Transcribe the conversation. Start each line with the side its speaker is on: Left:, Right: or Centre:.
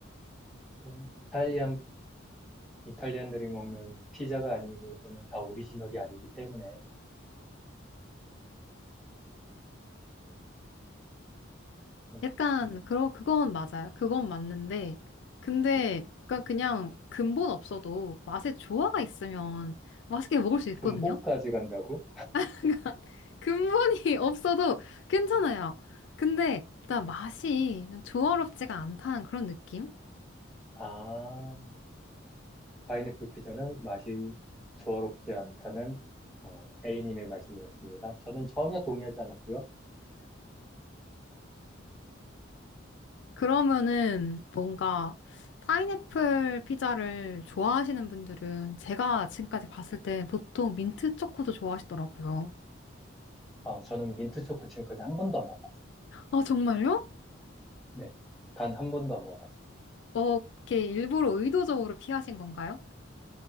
Centre: 이탈리안, 이탈리안들이 먹는 피자가 아니고, 그거는 다 오리지널이 아니기 때문에, 음,
Left: 약간
Centre: 음,
Left: 그러 그건 맞아요. 그건 맞는데 근데
Centre: 네.
Left: 약간 그냥 근본 없어도 맛의 조화가 있으면 맛있게 먹을 수 있거든요.
Centre: 근본까지 간다고?
Left: <laughs> 그러니까 근본이 없어도 괜찮아요. 근데 일단 맛이 좀 조화롭지가 않다는 그런 느낌?
Centre: 아, 파인애플 피자는 맛이 조화롭지 않다는, 어, A님의 말씀이었습니다. 저는 전혀 동의하지 않았고요.
Left: 그러면은 뭔가 파인애플 피자를 좋아하시는 분들은 제가 지금까지 봤을 때 보통 민트 초코도 좋아하시더라고요.
Centre: 어, 저는 민트 초코 지금까지 한 번도 안 먹어봤어요.
Left: 아, 정말요?
Centre: 네. 단 한 번도 안 먹어봤습니다.
Left: 어, 이렇게 일부러 의도적으로 피하신 건가요?